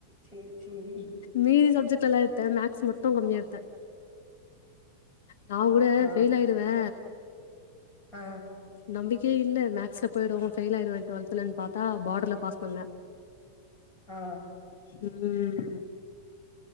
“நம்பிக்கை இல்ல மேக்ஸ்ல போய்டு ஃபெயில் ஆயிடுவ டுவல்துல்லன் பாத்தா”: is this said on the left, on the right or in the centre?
Left